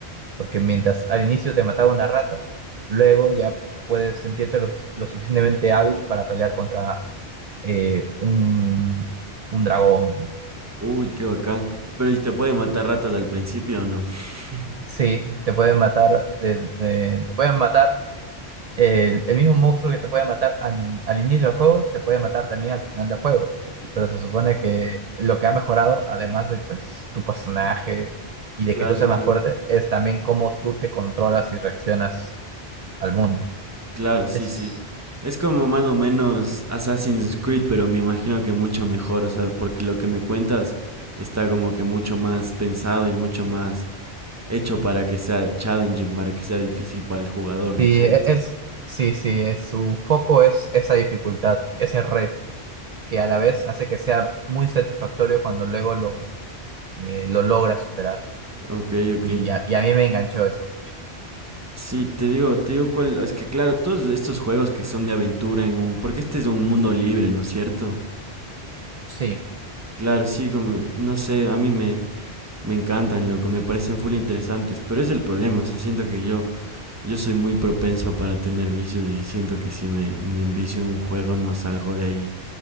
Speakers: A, on the right (about 50°); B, on the right (about 15°).
A: Porque mientras al inicio te mataba una rata, luego ya puedes sentirte lo, lo suficientemente hábil para pelear contra eh, un, un dragón.
B: Uy, qué bacán. Pero, ¿y te pueden matar ratas al principio o no? <laughs>
A: Sí, te pueden matar, de- de- te pueden matar el, el mismo monstruo que te puede matar an- al, inicio del juego, te puede matar también al final del juego.
B: Y-
A: Pero se supone que lo que ha mejorado, además de pues tu personaje y
B: Claro,
A: de que tú seas
B: claro.
A: más fuerte, es también cómo tú te controlas y reaccionas al mundo.
B: Claro, sí,
A: Es,
B: sí. Es como más o menos Assassin's Creed, pero me imagino que mucho mejor, o sea, porque lo que me cuentas está como que mucho más pensado y mucho más hecho para que sea challenging, para que sea difícil para el jugador,
A: sí,
B: ¿no es cierto?
A: e- es, sí, sí, es, su foco es esa dificultad, ese reto, que a la vez hace que sea muy satisfactorio cuando luego lo, eh, lo logras superar.
B: Ok, ok.
A: Y a, y a mí me enganchó eso mucho.
B: Sí, te digo, te digo cuál, es que claro, todos estos juegos que son de aventura en un, porque este es un mundo libre, ¿no es cierto?
A: Sí.
B: Claro, sí, como, no sé, a mí me, Me encantan, loco, me parecen full interesantes, pero es el problema, o sea, siento que yo, yo soy muy propenso para tener vicios y siento que si me, me envicio en un juego no salgo de ahí